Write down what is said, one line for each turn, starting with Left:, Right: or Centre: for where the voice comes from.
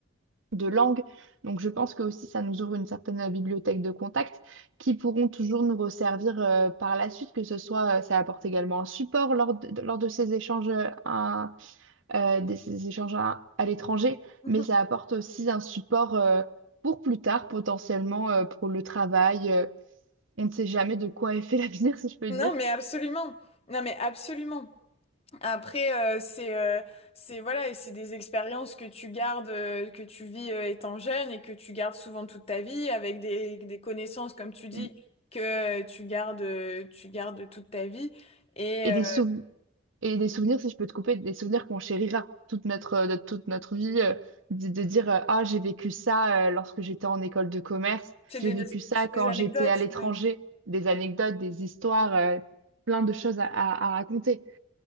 Right: de langue. Donc je pense que aussi ça nous ouvre une certaine euh, bibliothèque de contacts qui pourront toujours nous resservir euh, par la suite, que ce soit euh, ça apporte également un support lors de, de- lors de ces échanges, euh, à- euh, de ces échanges à, à l'étranger,
Left: <laughs>
Right: mais ça apporte aussi un support euh, pour plus tard, potentiellement euh, pour le travail. euh, on ne sait jamais de quoi est fait <laughs> l'avenir, si je peux
Left: Non
Right: dire.
Left: mais absolument. Non mais absolument. Après, euh, c'est euh, c'est voilà, et c'est des expériences que tu gardes, euh, que tu vis euh, étant jeune et que tu gardes souvent toute ta vie avec des, des connaissances, comme tu dis,
Right: Mm.
Left: que euh, tu gardes, euh, tu gardes toute ta vie. Et
Right: Et
Left: euh,
Right: des sou- Et des souvenirs, si je peux te couper, des souvenirs qu'on chérira toute notre, euh, de toute notre vie, euh, de, de dire euh, Ah, j'ai vécu ça euh, lorsque j'étais en école de commerce,
Left: c'est
Right: j'ai
Left: des,
Right: vécu ça
Left: c'est
Right: quand
Left: des anecdotes.
Right: j'étais à l'étranger,
Left: oui.
Right: des anecdotes, des histoires, euh, plein de choses à, à- à raconter.